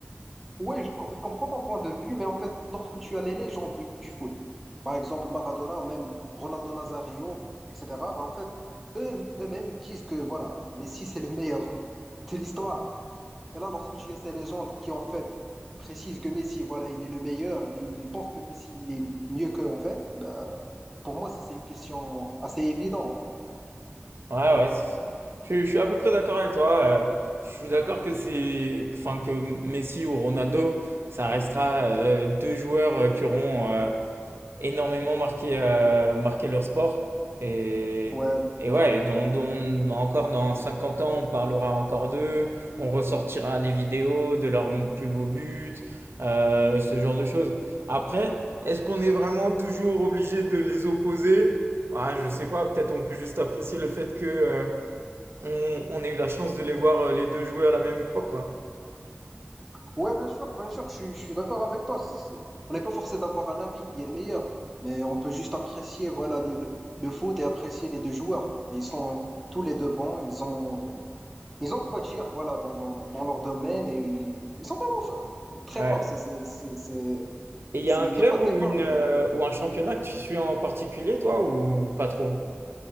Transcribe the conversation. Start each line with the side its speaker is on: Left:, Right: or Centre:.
Centre: Ouais, je, co- je comprends ton point de vue, mais en fait, lorsque tu as les légendes du, du foot, par exemple Maradona ou même Ronaldo Nazario, etc., bah en fait, eux, eux-mêmes, ils disent que voilà, Messi, c'est le meilleur <laughs> de l'histoire. Et là, lorsque tu as ces légendes qui, en fait, précisent que Messi, voilà, il est le meilleur, ils pensent que Messi, il est mieux qu'eux, en fait, bah, Pour moi, c'est c'est une question assez évidente.
Right: Ouais, ouais, c'est- je, suis- je suis à peu près d'accord avec toi. euh, Je suis d'accord que c'est, enfin que Messi ou Ronaldo, ça restera euh, deux joueurs euh, qui auront euh, énormément marqué, euh, marqué leur sport. Et,
Centre: Ouais,
Right: et
Centre: ouais.
Right: ouais, et dont, dont- encore dans 50 ans, on parlera encore d'eux, on ressortira les vidéos de leurs plus beaux buts, euh, ce genre de choses. Après, est-ce qu'on est vraiment toujours obligé de les opposer? Ah, je sais pas, peut-être on peut juste apprécier le fait que, euh, on, on ait eu la chance de les voir euh, les deux jouer à la même époque, quoi.
Centre: Ouais, bien sûr, bien sûr, je, suis- je suis d'accord avec toi. C'est- c'est- On n'est pas forcé d'avoir un avis qui est le meilleur, mais on peut juste apprécier, voilà, le, le, le foot et apprécier les deux joueurs. Et ils sont tous les deux bons, ils ont, ils ont quoi dire, voilà, dans, dans, dans leur domaine et ils sont vraiment f- très
Right: Ouais.
Centre: forts. C'est, c'est, c'est, c'est-
Right: Et il y a un
Centre: Il
Right: club
Centre: n'y a pas de
Right: ou
Centre: débat,
Right: une, euh,
Centre: mais
Right: ou un championnat que tu suis en particulier, toi, ou pas trop?